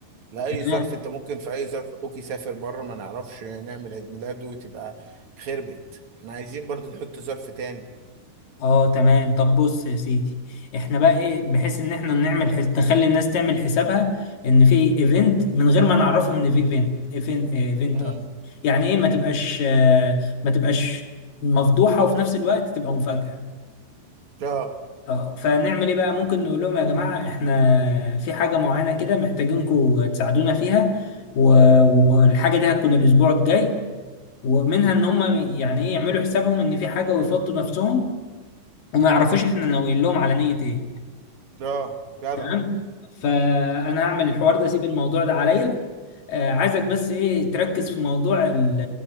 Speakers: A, on the right; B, on the left.
A: لأي
B: تمام
A: ظرف انت ممكن في اي ظرف اخوك يسافر بره ما نعرفش نعمل عيد ميلاده وتبقى خربت احنا عايزين برضه نحط ظرف تاني
B: اه تمام طب بص يا سيدي احنا بقى ايه بحيث ان احنا نعمل حس... نخلي الناس تعمل حسابها ان في ايفنت من غير ما نعرفهم ان في ايفنت ايفنت ايفنت
A: امم
B: اصلا يعني ايه ما تبقاش آه، ما تبقاش مفضوحة وفي نفس الوقت تبقى مفاجأة
A: لا
B: اه فنعمل ايه بقى ممكن نقول لهم يا جماعة احنا في حاجة معينة كده محتاجينكم تساعدونا فيها و... والحاجة دي هتكون الاسبوع الجاي ومنها ان هم يعني ايه يعملوا حسابهم ان في حاجة ويفضوا نفسهم وما يعرفوش احنا ناويين لهم على نية ايه
A: لا جدع
B: تمام فانا هعمل الحوار ده اسيب الموضوع ده عليا آه عايزك بس ايه تركز في موضوع ال-